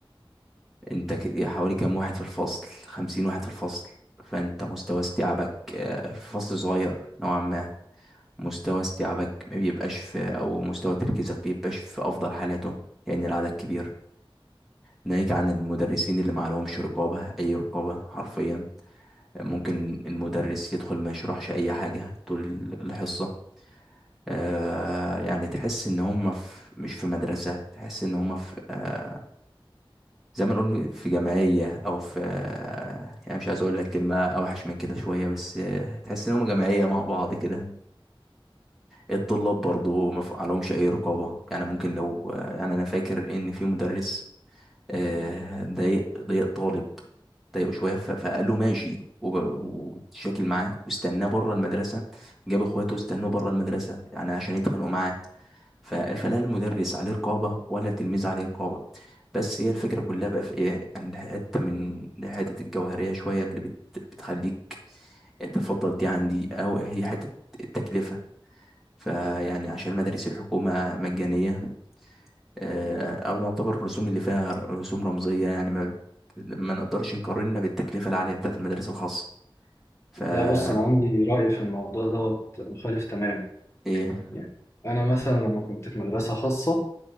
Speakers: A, in the centre; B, on the left.
A: انت ك- حوالي كام واحد في الفصل خمسين واحد في الفصل فانت مستوى استيعابك آه، في فصل صغير نوعا ما مستوى استيعابك ما بيبقاش في او مستوى تركيزك بيبقاش في افضل حالاته لان العدد كبير ناهيك عن المدرسين اللي معلهمش رقابة اي رقابة حرفيا ممكن المدرس يدخل ما يشرحش اي حاجة طول الحصة آه يعني تحس ان هم في مش في مدرسة تحس ان هم في آه، زي ما نقول في جمعية أو في يعني مش عايز أقول لك كلمة أوحش من كده شوية بس تحس إنهم جمعية مع بعض كده الطلاب برضو ما ف- عليهمش أي رقابة يعني ممكن لو يعني أنا فاكر إن في مدرس آه، ضايق ضايق طالب ضايقه شوية ف- فقال له ماشي وب- واتشاكل معاه واستناه بره المدرسة جاب إخواته واستنوه بره المدرسة يعني عشان يتخانقوا معاه ف- فلا المدرس عليه رقابة ولا التلميذ عليه رقابة بس هي الفكرة كلها بقى في ايه ان حتة من الحتت الجوهرية شوية اللي بت بتخليك تفضل دي عن دي او هي حتة التكلفة فيعني عشان مدارس الحكومة مجانية آه، او نعتبر الرسوم اللي فيها رسوم رمزية يعني ما ما نقدرش نقارنها بالتكلفة العالية بتاعت المدارس الخاصة فا
B: لا بص أنا عندي رأي في الموضوع دوت مخالف تماما
A: ايه
B: يعني أنا مثلا لما كنت في مدرسة خاصة